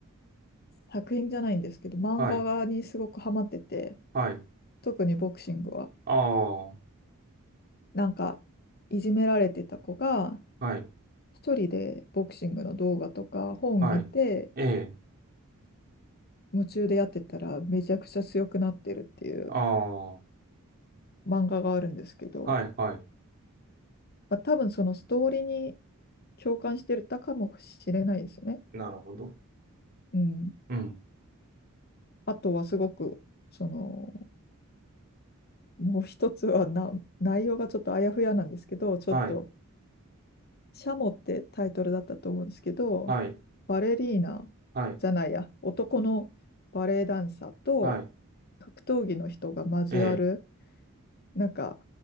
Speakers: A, on the left (about 45°); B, on the right (about 45°).
A: 作品じゃないんですけど、漫画にすごくハマってて、
B: はい、はい。
A: 特にボクシングは。
B: ああ、
A: なんか、いじめられてた子が、
B: はい、
A: 一人でボクシングの動画とか本見て、
B: はい。ええ、
A: 夢中でやってたらめちゃくちゃ強くなってるっていう
B: ああ、は
A: 漫画があるんですけど、
B: い、はい。
A: まあ、多分そのストーリーに共感してたかもしれないですね。
B: なるほど。
A: うん。
B: うん、
A: あとはすごく、その、もう一つはな内容がちょっとあやふやなんですけど、ちょっと
B: はい、
A: シャモってタイトルだったと思うんですけど、
B: はい、
A: バレリーナじゃないや、
B: はい、
A: 男のバレエダンサーと
B: はい。
A: 格闘技の人が交わる、
B: ええ、
A: なんか